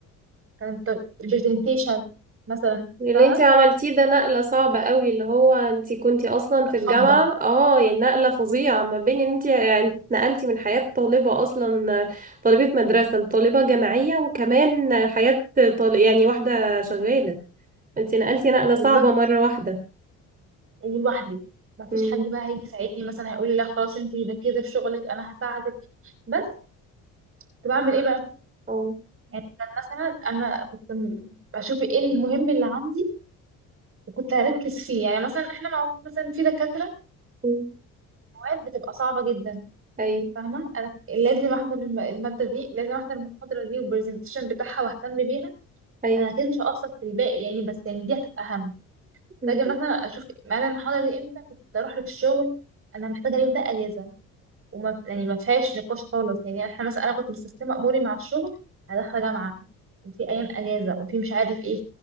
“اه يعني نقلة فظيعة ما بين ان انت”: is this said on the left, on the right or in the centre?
Right